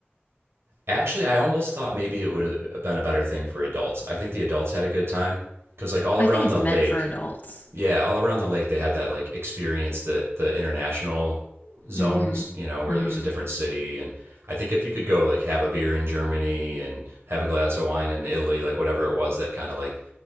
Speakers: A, on the right; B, on the left.
A: actually I almost thought maybe it would have been a better thing for adults. I think the adults had a good time because like all
B: I
A: around
B: think it's
A: the
B: meant
A: lake
B: for adults.
A: yeah, all around the lake they had that like experience the the international zones,
B: Mm-hmm.
A: you know, where
B: Mm-hmm.
A: there was a different city and I think if you could go like have a beer in Germany and have a glass of wine in Italy, like whatever it was that kind of like